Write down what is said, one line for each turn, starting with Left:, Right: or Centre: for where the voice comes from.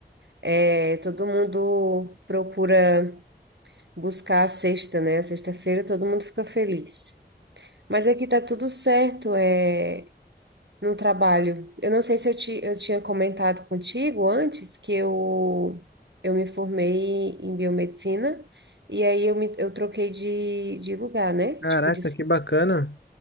Right: É, todo mundo procura buscar a sexta, né? A Sexta-feira todo mundo fica feliz. Mas aqui tá tudo certo. é, no trabalho. Eu não sei se eu, ti, eu tinha comentado contigo antes que eu, eu me formei em biomedicina e aí eu, me, eu troquei de, de lugar, né?
Left: Caraca,
Right: Tipo, de,
Left: que bacana!